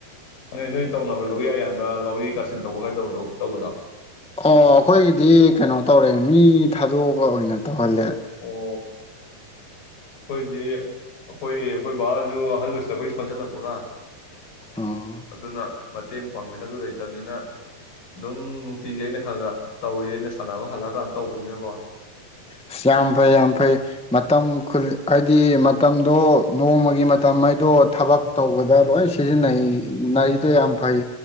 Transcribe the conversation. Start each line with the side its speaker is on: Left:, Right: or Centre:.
Left: ꯅꯣꯏ ꯇꯧꯅꯕꯔ ꯂꯧꯔꯤꯌꯥ ꯌꯥꯟꯕ ꯂꯧꯔꯤ ꯀꯥꯆꯤꯟ ꯇꯧꯕ ꯀꯥꯏ ꯇꯧꯕꯗꯣ ꯇꯧꯕꯗꯣ
Centre: ꯑꯣ ꯑꯩꯈꯣꯏꯒꯤꯗꯤ ꯀꯩꯅꯣ ꯇꯧꯔꯦ ꯃꯤ ꯊꯥꯗꯣꯛꯑꯒ ꯑꯣꯏꯅ ꯇꯧꯍꯜꯂꯦ
Left: ꯑꯣ ꯑꯩꯈꯣꯏꯗꯤ ꯑꯩꯈꯣꯏ ꯑꯩꯈꯣꯏ ꯕꯥꯖꯨ ꯑꯍꯜ ꯑꯣꯏꯁꯤꯜꯂꯛꯄꯒꯤ ꯁꯣꯟꯖꯜꯂꯛꯄꯒ
Centre: ꯑꯣ
Left: ꯑꯗꯨꯅ ꯃꯇꯦꯡ ꯄꯥꯡꯕꯤꯅꯗꯨ ꯂꯩꯇꯕꯅꯤꯅ ꯑꯗꯨꯝ ꯅꯨꯡꯇꯤꯒꯤ ꯑꯩꯅ ꯈꯔ ꯒ ꯇꯧꯔꯤ ꯑꯩꯅ ꯁꯥꯟꯅꯕ ꯍꯜꯂꯛꯑꯀꯥꯟꯗ ꯇꯧꯕꯅꯤꯅꯀꯣ꯫
Centre: ꯑꯁ ꯌꯥꯝ ꯐꯩ ꯌꯥꯝ ꯐꯩ ꯃꯇꯝ ꯍꯥꯏꯗꯤ ꯃꯇꯝꯗꯣ ꯅꯣꯡꯃꯒꯤ ꯃꯇꯝ ꯑꯥꯏꯗꯣ ꯊꯕꯛ ꯇꯧꯕꯗ ꯂꯣꯏ ꯁꯤꯖꯤꯟꯅꯩ ꯅꯩꯗꯣ ꯌꯥꯝ ꯐꯩ